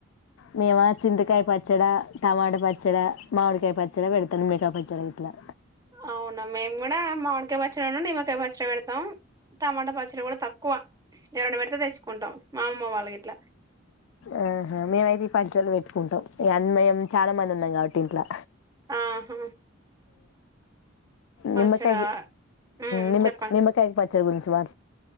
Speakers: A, on the left; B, on the right.
A: మేమ చింతకాయ పచ్చడ, టమాట పచ్చడ, మామిడికాయ పచ్చడ పెడతాను మికాయ పచ్చడి అయితే,
B: అవునా మేము కూడా మామిడికాయ పచ్చడి అన్నా, నిమ్మకాయ పచ్చడి పెడతాం. టమాటా పచ్చడి కూడా తక్కువ ఎవరైనా పెడితే తెచ్చుకుంటాం మామమ్మ వాళ్ళగి ట్లా
A: ఆహా మేమైతే ఈ పంచలు పెట్టుకుంటాం. ఈ అన్మయం చాలా మంది ఉన్నాం కాబట్టి ఇంట్లో.
B: ఆహా పచ్చడా
A: నిమ్మకాయ్
B: ఉమ్
A: నిమ్
B: చెప్పండి
A: కాయ నిమ్మకాయ పచ్చడి చా